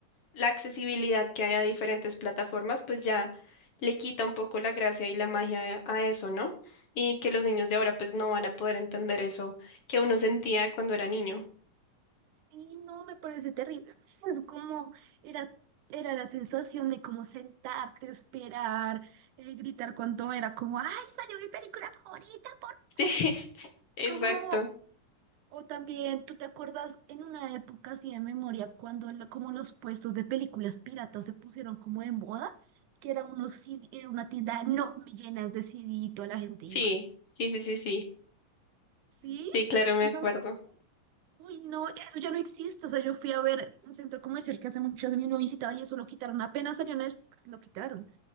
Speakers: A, on the left (about 50°); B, on the right (about 75°).
A: la accesibilidad que hay a diferentes plataformas, pues ya le quita un poco la gracia y la magia a eso, ¿no? Y que los niños de ahora pues no van a poder entender eso que uno sentía cuando era niño.
B: Sí, no, me parece terrible. <laughs> Es como era, era la sensación de como sentarte, esperar, eh, gritar cuando era como, ¡ay, salió mi película favorita! Por...
A: <laughs> Sí, exacto.
B: Como, o también, ¿tú te acuerdas en una época así de memoria cuando la- como los puestos de películas piratas se pusieron como de moda? Que era, unos CD era una tienda enorme llenas de CD y toda la gente
A: Sí,
B: iba.
A: sí, sí, sí, sí.
B: ¿Sí?
A: Sí, claro, me
B: No,
A: acuerdo.
B: Uy, no, eso ya no existe. O sea, yo fui a ver un centro comercial que hace mucho de mí no visitaba y eso lo quitaron. Apenas salió Netflix, lo quitaron.